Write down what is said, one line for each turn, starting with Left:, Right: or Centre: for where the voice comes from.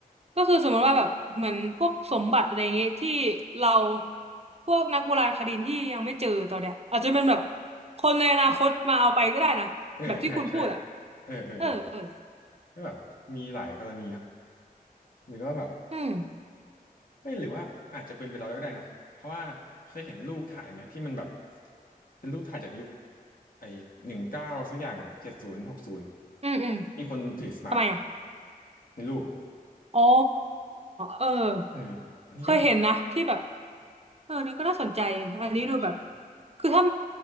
Right: ก็คือสมมติว่าแบบเหมือนพวกสมบัติอะไรอย่างเงี้ยที่เราพวกนักโบราณคดีที่ยังไม่เจอตอนเนี้ยอาจจะเป็นแบบคนในอนาคตมาเอาไปก็ได้นะแบบที่คุณพูดอ่ะ
Left: เออใช่ใช่เออเออเออ
Right: เออเออ
Left: ก็แบบมีหลายกรณีเนาะหรือว่าแบบ
Right: อืม
Left: ไม่หรือว่าอาจจะเป็นไปเราก็ได้นะเพราะว่าเคยเห็นรูปถ่ายไหมที่มันแบบเป็นรูปถ่ายจากยุคไอ้หนึ่งเก้าสักอย่างเจ็ดศูนย์หกศูนย์
Right: อืมอืม
Left: มีคนถือสมาร์ทโฟน
Right: ทำไมอ่ะ
Left: ในรูปอะ
Right: อ๋อเออ
Left: เอออันนี้ก็
Right: เคยเห็นนะที่แบบเออนี่ก็น่าสนใจอันนี้ดูแบบ
Left: ใช่ใช่
Right: คือถ้า